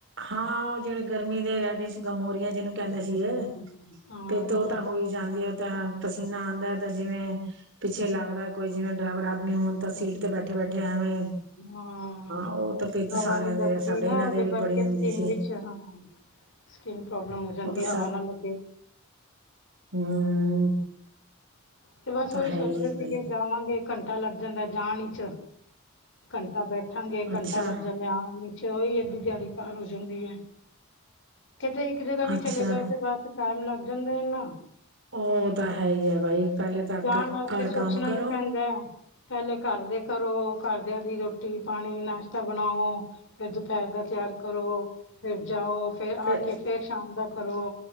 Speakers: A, on the right; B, on the left.
A: ਹਾਂ ਉਹ ਜਿਹੜੇ ਗਰਮੀ ਦੇ ਰੈਡਿਸ ਗਮੋਰੀਆਂ ਜਿਹਨੂੰ ਕਹਿੰਦੇ
B: ਹਮ,
A: ਸੀਗੇ,
B: ਹਾਂ
A: ਤੇ ੳ ਤਾਂ ਹੋਈ ਜਾਂਦੀ ਆ ਤਾਂ ਪਸੀਨਾ ਆਉਂਦਾ ਤਾਂ ਜਿਵੇਂ ਪਿੱਛੇ ਲੱਗਦਾ ਕੋਈ ਜਿਵੇਂ ਡਰਾਈਵਰ ਆਦਮੀ ਹੋਣ ਤਾਂ ਸੀਟ ਤੇ ਬੈਠੇ- ਬੈਠੇ ਐਵੇਂ
B: ਹਾਂ,
A: ਉਹ ਤਾਂ ਪਿੱਤ
B: ਹਵਾ
A: ਸਾਰਿਆਂ
B: ਨੀ
A: ਦੇ
B: ਲੱਗਦੀ
A: ਆ ਸਾਡੇ
B: ਨਾ
A: ਇਹਨਾਂ
B: ਉਹਦੇ
A: ਦੇ ਵੀ
B: ਕਰ ਕਰਕੇ
A: ਬੜੀ ਹੁੰਦੀ
B: ਸਕਿੰਨ
A: ਸੀ
B: ਵਿੱਚ ਹਾਂ, ਸਕਿੰਨ ਪ੍ਰੋਬਲਮ ਹੋ ਜਾਂਦੀ
A: ਉਹ ਤਾਂ
B: ਹਵਾ ਨਾ ਲੱਗੇ
A: ਹੂੰ
B: ਤੇ ਬਸ ਉਹੀ
A: ਹੈ
B: ਸੋਚਦੇ
A: ਹੀ ਹੈ
B: ਸੀਗੇ।
A: ਭਾਈ
B: ਜਾਵਾਂਗੇ ਘੰਟਾ ਲੱਗ ਜਾਂਦਾ ਜਾਣ ਵਿਚ, ਘੰਟਾ ਬੈਠਾਂਗੇ, ਘੰਟਾ
A: ਅੱਛਾ
B: ਲੱਗ ਜਾਂਦਾ ਆਣ 'ਚ, ਉਹੀ ਅਦੀ ਦਿਹਾੜੀ ਪਾਰ ਹੋ ਜਾਂਦੀ ਏ। ਕਿਤੇ ਇੱਕ ਜਗ੍ਹਾ ਵੀ
A: ਅੱਛਾ
B: ਚਲੇ ਜਾਓ ਤੇ ਬਸ ਟਾਈਮ ਲੱਗ ਜਾਂਦਾ ਇਨਾ
A: ਉਹ ਤਾਂ ਹੈ ਹੀ ਏ ਬਾਈ। ਪਹਿਲੇ ਤਾਂ
B: ਜਾਣ
A: ਘਰ
B: ਵਾਸਤੇ ਸੋਚਣਾ
A: ਕੰਮ ਕਰੋ
B: ਵੀ ਪੈਂਦਾ ੲੈ। ਪਹਿਲੇ ਘਰ ਦੇ ਘਰੋ, ਘਰਦਿਆਂ ਦੀ ਰੋਟੀ, ਪਾਣੀ, ਨਾਸ਼ਤਾ ਬਣਾਓ। ਫੇਰ ਦੁਪਹਿਰ ਦਾ ਤਿਆਰ ਕਰੋ, ਫੇਰ ਜਾਓ, ਫੇਰ ਆ
A: ਤੇ
B: ਕੇ ਫੇਰ ਸ਼ਾਮ ਦਾ ਕਰੋ।